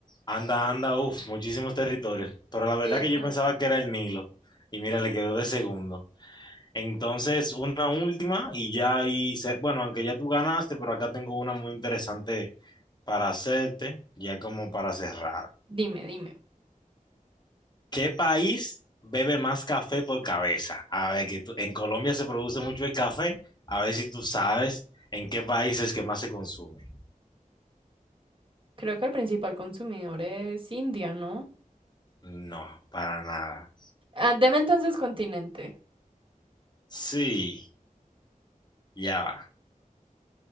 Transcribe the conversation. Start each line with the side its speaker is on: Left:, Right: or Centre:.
Left: Anda, anda, uff, muchísimos territorios. Pero la verdad
Right: Exacto.
Left: que yo pensaba que era el Nilo. Y mira, le quedó de segundo. Entonces, una última y ya ahí, se- bueno, aunque ya tú ganaste, pero acá tengo una muy interesante para hacerte, ya como para cerrar.
Right: Dime, dime.
Left: ¿Qué país bebe más café por cabeza? A ver, que tú- en Colombia se produce mucho el café. A ver si tú sabes en qué país es que más se consume.
Right: Creo que el principal consumidor es India, ¿no?
Left: No, para nada.
Right: Ah, deme entonces continente,
Left: Sí, ya va.